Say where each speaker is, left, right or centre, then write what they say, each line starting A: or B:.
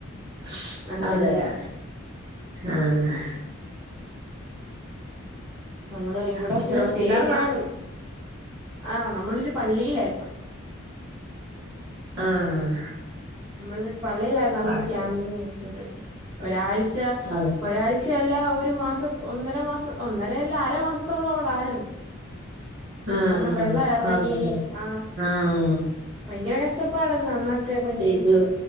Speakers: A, on the right; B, on the right.
A: സ്
B: അല്ലല്ലേ
A: അതെല്ലേ ആഹ്
B: നമ്മള് ഇവിടെ
A: വിശ്രമത്തിലാർന്നാ
B: പിന്നെ പേടിയാണ് ആഹ് നമ്മളൊരു പള്ളീലായിര്ന്ന്
A: ആഹ്
B: നമ്മളൊരു പള്ളീയിലായിരുന്നു നമുക്ക്
A: അടുത്ത്
B: ക്യാമ്പിങ് കിയത് ഒരാഴ്ച
A: ആഹ്
B: ഒരാഴ്ചയല്ല ഒരു മാസം ഒന്നര മാസം ഒന്നര അല്ല അര മാസത്തോളം ഔടെ ആയിരുന്ന്
A: ആഹ്
B: <inaudible> കാരണം വെള്ളം എറങ്ങീ
A: അതേല്ലേ
B: ആഹ്
A: ആഹ്
B: ഭയങ്കര കഷ്ട്ടപ്പാടയ്രുന്നു അന്നൊക്കെ ഭയം
A: ഇജ്